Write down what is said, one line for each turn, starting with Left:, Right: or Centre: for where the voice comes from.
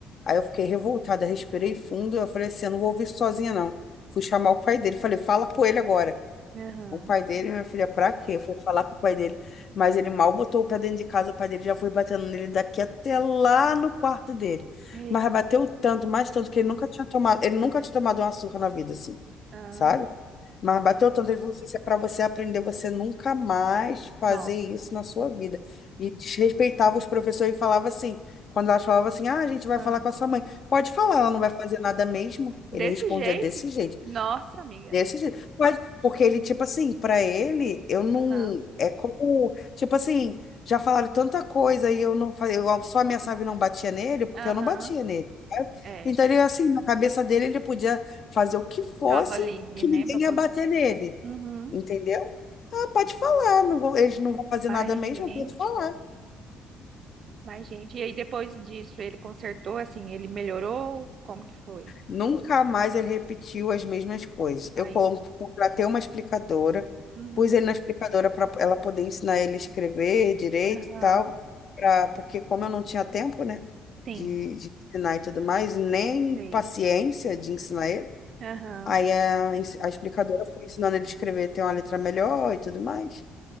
Left: Aí eu fiquei revoltada, respirei fundo, eu falei assim, eu não vou ouvir isso sozinha, não. Fui chamar o pai dele, falei, fala com ele agora.
Right: Aham.
Left: O pai dele, minha filha, pra quê? Foi falar com o pai dele. Mas ele mal botou o pé dentro de casa, o pai dele já foi batendo nele daqui até lá no quarto dele.
Right: Eita.
Left: Mas bateu tanto, mais tanto, que ele nunca tinha tomado, ele nunca tinha tomado uma surra na vida, assim,
Right: Ah,
Left: sabe? Mas bateu tanto, ele falou assim, isso é pra você aprender, você nunca mais fazer
Right: não.
Left: isso na sua vida. E desrespeitava os professores e falava assim, quando elas falavam assim, ah, a gente vai
Right: Ah.
Left: falar com a sua mãe. Pode falar, ela não vai fazer nada mesmo.
Right: Desse
Left: Ele respondia
Right: jeito?
Left: desse jeito.
Right: Nossa, amiga.
Left: Desse jeito. Mas, porque ele, tipo assim, pra ele, eu não.
Right: Aham.
Left: É como. Tipo assim, já falaram tanta coisa e eu não falei. Eu só ameaçava e não batia nele, porque
Right: Aham.
Left: eu não batia nele. sabe?
Right: É.
Left: Então, ele, assim, na cabeça dele, ele podia fazer o que fosse
Right: Tava livre,
Left: que
Right: né?
Left: ninguém
Right: Pra... pod-
Left: ia bater nele.
Right: Uhum.
Left: Entendeu? Ah, pode falar. Não vou, eles não vão fazer
Right: Mais
Left: nada mesmo,
Right: gente.
Left: pode falar.
Right: Mais gente. E aí, depois disso, ele consertou, assim, ele melhorou? Como que foi?
Left: Nunca mais ele repetiu as mesmas coisas.
Right: Aí.
Left: Eu con- contratei uma explicadora,
Right: Uhum.
Left: pus ele na explicadora para ela poder ensinar ele a escrever direito
Right: Aham.
Left: e tal, pra, porque como eu não tinha tempo, né,
Right: Sim.
Left: de, de ensinar e tudo mais, nem
Right: Sei.
Left: paciência de ensinar ele,
Right: Aham.
Left: aí a, ens- a explicadora foi ensinando ele a escrever, ter uma letra melhor e tudo mais.